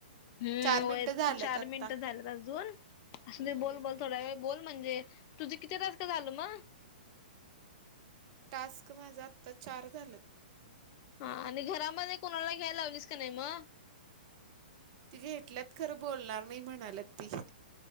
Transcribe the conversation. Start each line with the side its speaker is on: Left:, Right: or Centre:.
Left: हम्,
Right: चार मिनिटं
Left: वय
Right: झाल्यात
Left: चार
Right: आत्ता
Left: मिनिट झालेत अजून,
Right: हम्म
Left: असूदे बोल बोल. थोड्या वेळ बोल म्हणजे, तुझं किती टास्क का झालं मग?
Right: टास्क माझं आत्ता चार झालेत.
Left: हा आणि घरामध्ये कोणाला घ्यायला लावलीस का नाही मग?
Right: ति घेतल्यात खरं बोलणार नाही म्हणालात ती.